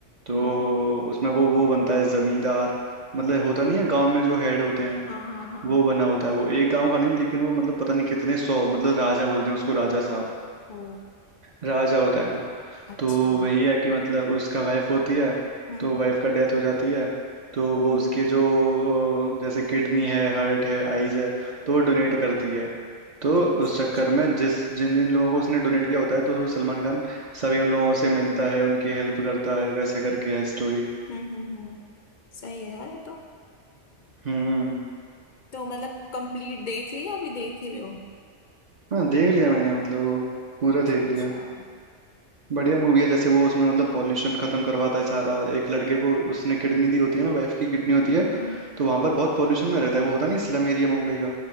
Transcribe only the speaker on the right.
तो
उसमें वो वो बनता है जमींदार मतलब होता नहीं है गांव में जो हेड होते हैं
वो बना होता है वो एक गांव का नहीं लेकिन वो मतलब पता नहीं कितने सौ मतलब राजा बोलते हैं उसको राजा साहब
राजा होता है वो
तो
वही है कि मतलब उसका वाइफ होती है
तो वाइफ का डेथ हो जाती है तो वो
उसके जो अ, जैसे किडनी है हार्ट है आईज है तो वो डोनेट करती है तो
उस चक्कर
में जिस जिन जिन लोगों को उसने डोनेट किया होता है तो सलमान खान सभी उन लोगों से मिलता है उनकी हेल्प करता है वैसे करके है स्टोरी
हम्म
हाँ देख लिया मैंने मतलब वो पूरा
देख
लिया
बढ़िया मूवी है जैसे वो उसमें मतलब पॉल्यूशन खत्म करवाता है सारा एक लड़के को उसने किडनी दी होती है ना वाइफ की किडनी होती है
तो वहां पर बहुत पॉल्यूशन में रहता है वो होता नहीं स्लम एरिया मुंबई का